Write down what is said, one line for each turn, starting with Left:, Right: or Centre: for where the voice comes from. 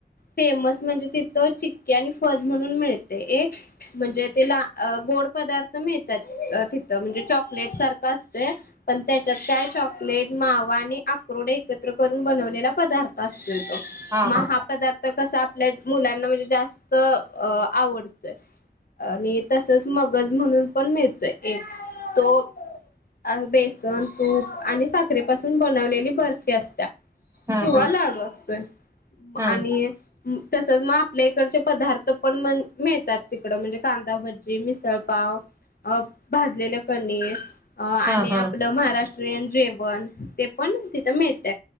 Left: फेमस म्हणजे तिथं चिक्की आणि फज म्हणून मिळते एक म्हणजे तेला गोड पदार्थ मिळतात अ तिथं म्हणजे चॉकलेट सारखं असते. पण त्या त्यात काय चॉकलेट मावा आणि आक्रोड एकत्र करून बनवलेला पदार्थ असतोय तो.
Right: हां,
Left: मग
Right: हां,
Left: हा पदार्थ कसा आपल्याचं मुलांना म्हणजे जास्त अ आवडतोय. आणि तसच मगज म्हणून पण मिळतय. एक तो अस बेसन हो आणि साखरेपासून बनवलेली बर्फी असत्या.
Right: हां,
Left: किंवा लाडू असतो
Right: हां,
Left: आणि तसच मग आपल्या इकडचे पदार्थ पण मिळतात तिकड म्हणजे कांदाभजी मिसळपाव. अ भाजलेल्या कणीस. अ
Right: हां,
Left: आणि
Right: हां, हां,
Left: आपलं महाराष्ट्रीयन जेवण ते पण तिथं मिळत.